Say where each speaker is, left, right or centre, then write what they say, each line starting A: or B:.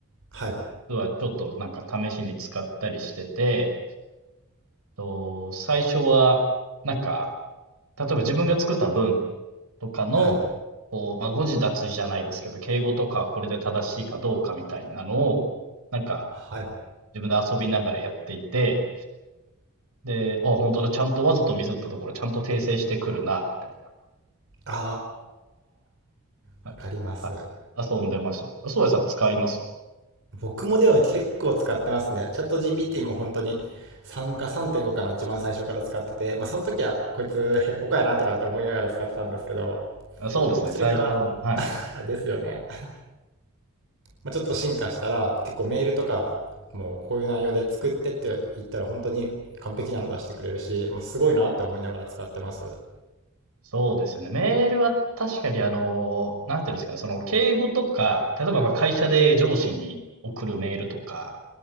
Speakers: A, on the right (about 60°); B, on the right (about 80°).
A: はい。
B: 実はちょっとなんか試しに使ったりしてて、と、最初は、なんか、例えば自分が作った文とかの、
A: はい。
B: こう、まあ、誤字脱字じゃないですけど、敬語とかこれで正しいかどうかみたいなのを、なんか、
A: はい。
B: 自分で遊びながらやっていて、で、あ、本当だ、ちゃんとわざとミスったところ、ちゃんと訂正してくるな、みたいな。
A: ああ、
B: はい。
A: わかります。
B: はい遊んでました。あ、そうやさん使います
A: 僕もでも結構使ってますね。チャット GPT も本当に3か3.5かの一番最初から使ってて、まあその時はこいつヘッポコやなとかって思いながら使ってたんですけど、
B: あそうですね、
A: まあそれから、
B: 最初はまだ、はい。
A: <laughs> あ、ですよね。まあ、ちょっと進化したら結構メールとかもうこういう内容で作ってって言ったら本当に完璧なの出してくれるし、まあ、すごいなって思いながら使ってます。
B: そうですよね。メールは確かにあの、なんていうんですかね、その敬語とか、例えば会社で上司に送るメールとか、